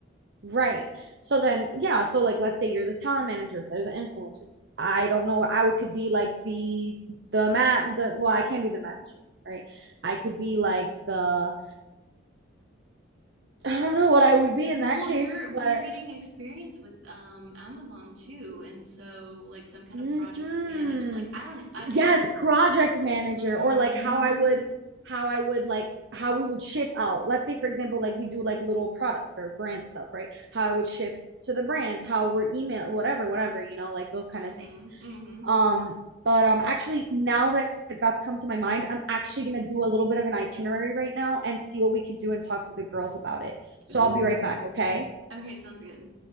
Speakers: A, on the right; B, on the right.
A: Right. So then, yeah. So like, let's say you're the talent manager, they're the influencers. I don't know. I would could be like the the man. The well, I can't be the manager, right? I could be like the I don't know what I would be in
B: Well,
A: that case,
B: you're well,
A: but
B: you're getting experience with um Amazon too, and so like some kind
A: hmm
B: of project manage. Like I don't. I,
A: yes,
B: and
A: project manager
B: mm-hmm.
A: or like how I would how I would like how we would ship out. Let's say, for example, like we do like little products or brand stuff, right? How I would ship to the brands, how we're email, whatever, whatever, you know, like those kind
B: Mm-hmm.
A: of things.
B: Mm-hmm.
A: Um, but um, actually, now that that's come to my mind, I'm actually gonna do a little bit of an itinerary right now and see what we could do and talk to the girls about it. So
B: Ooh.
A: I'll be right back, okay?
B: Okay, sounds good.